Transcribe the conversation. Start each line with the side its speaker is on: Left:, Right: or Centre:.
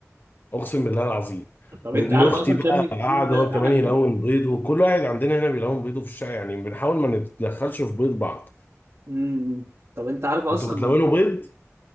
Left: اقسم بالله العظيم
Right: طب
Left: وابن
Right: انت عارف
Left: اختي
Right: اصلا
Left: بقى
Right: شم النسيم
Left: قاعد
Right: ده
Left: هو
Right: اتعمل
Left: كمان يلون
Right: ليه؟
Left: بيضه كل واحد عندنا هنا بيلون بيضه في الشقه يعني بنحاول ما نتدخلش في بيض بعض
Right: امم طب انت عارف اصلا
Left: انتوا بتلونوا بيض